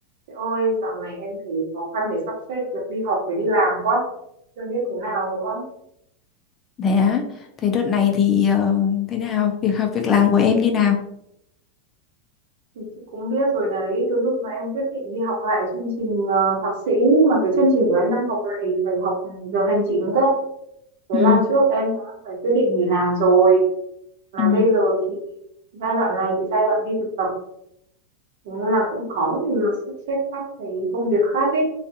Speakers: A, on the right; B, on the left.
A: Chị ơi, dạo này em thấy khó khăn để sắp xếp việc đi học với đi làm quá. Chưa biết thế nào nữa.
B: Thế á, thế đợt này thì ờ, thế nào? Việc học việc làm của em như nào?
A: Thì chị cũng biết rồi đấy, từ lúc mà em quyết định đi học lại chương trình ờ, thạc sĩ mà cái chương trình của em đang học lại phải học ừ, giờ hành chính cơ. Thế
B: Ừ,
A: là trước em đã phải quyết định nghỉ làm rồi. Mà
B: ừ,
A: bây giờ thì giai đoạn này thì giai đoạn đi thực tập thế nên là cũng khó để mà sắp xếp các cái công việc khác ấy.